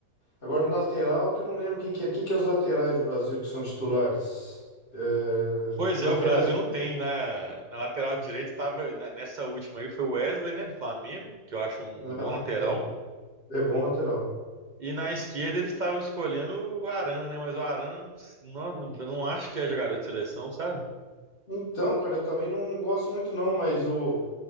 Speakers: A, on the left; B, on the right.
A: Agora, no lateral, que eu não lembro quem que é. Quem que é os laterais do Brasil que são titulares? É,
B: Pois
A: os laterais
B: é, o Brasil
A: que...
B: não tem na, na lateral direita, estava nessa última aí foi o Wesley, né, do Flamengo, que eu acho um,
A: Ah,
B: um bom lateral.
A: tá. É bom lateral.
B: E na esquerda eles estavam escolhendo o Arana, né? Mas o Arana não, não, não acho que é jogador de seleção, sabe?
A: Então, cara, eu também não, não gosto muito não, mas o,